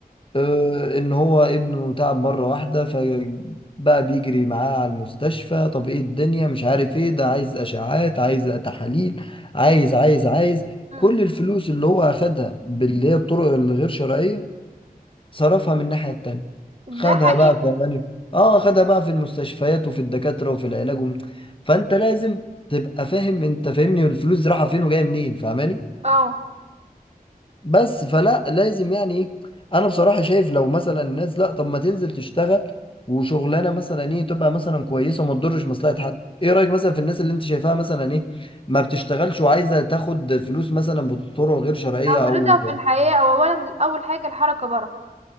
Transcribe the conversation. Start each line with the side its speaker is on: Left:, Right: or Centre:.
Left: آه، ان هو ابنه تعب مرة واحدة فبقى بيجري معاه على المستشفى طب ايه الدنيا مش عارف ايه ده عايز اشعاعات عايز تحاليل عايز عايز عايز
Right: امم
Left: كل الفلوس اللي هو اخدها باللي هي الطرق الغير شرعية صرفها من الناحية التانية
Right: ده
Left: خدها
Right: حقيقي
Left: بقى في أمان- اه خدها بقى في المستشفيات وفي الدكاترة وفي العلاج وم... فانت لازم تبقى فاهم انت فاهمني الفلوس دي رايحة فين وجاية منين فاهماني
Right: اه
Left: بس فلا لازم يعني ايه انا بصراحة شايف لو مثلا الناس لا طب ما تنزل تشتغل وشغلانة مثلا ايه تبقى مثلا كويسة وما تضرش مصلحة حد ايه رأيك مثلا في الناس اللي انت شايفاها مثلا ايه ما بتشتغلش وعايزة تاخد فلوس مثلا بطرق غير شرعية
Right: نظرتها
Left: او
Right: في الحياة أو اولا اول حاجة الحركة بركة